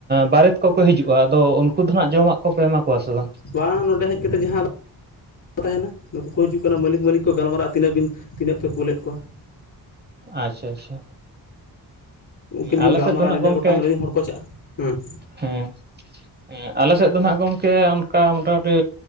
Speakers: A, on the right; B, on the left.
A: ᱵᱟᱨᱮᱛ ᱠᱚ ᱠᱚ ᱦᱤᱡᱩᱜᱼᱟ ᱟᱫᱚ ᱩᱱᱠᱩ ᱫᱚ ᱦᱟᱸᱜ ᱡᱚᱢᱟᱜ ᱠᱚᱯᱮ ᱮᱢᱟ ᱠᱚᱣᱟ ᱥᱮ ᱵᱟᱝ?
B: ᱵᱟᱝ ᱱᱚᱸᱰᱮ ᱦᱮᱡ ᱠᱟᱛᱮ ᱡᱟᱦᱟᱸ ᱫᱚᱼᱼ ᱛᱟᱦᱮᱱᱟ ᱱᱩᱠᱩ ᱠᱚ ᱦᱤᱡᱩᱜ ᱠᱟᱱᱟ ᱢᱟᱹᱞᱤᱠ ᱢᱟᱹᱤᱠ ᱠᱚ ᱜᱟᱞᱟᱨᱟᱜᱼᱟ ᱛᱤᱱᱟᱹᱜ ᱵᱤᱱ ᱛᱤᱱᱟᱹᱜ ᱯᱮ ᱠᱩᱞᱮᱫ ᱠᱚᱣᱟ᱾
A: ᱟᱪᱪᱷᱟ, ᱟᱪᱪᱷᱟ
B: ᱩᱱᱠᱤᱱ ᱠᱤᱱ
A: ᱟᱞᱮ
B: ᱜᱟᱞᱢᱟᱨᱟᱼᱟ
A: ᱥᱮᱫ ᱫᱚ ᱱᱟᱜ
B: ᱟᱨ
A: ᱜᱚᱢᱠᱮ
B: ᱜᱚᱴᱟᱝ ᱨᱤᱱ ᱦᱚᱲ ᱠᱚ ᱪᱟᱞᱼᱟ ᱦᱮᱸ
A: ᱦᱮᱸ ᱦᱮᱸ ᱟᱞᱮ ᱥᱮᱫ ᱫᱚ ᱱᱟᱜ ᱜᱚᱢᱠᱮ ᱚᱱᱠᱟ ᱢᱚᱴᱟᱢᱩᱴᱤ᱾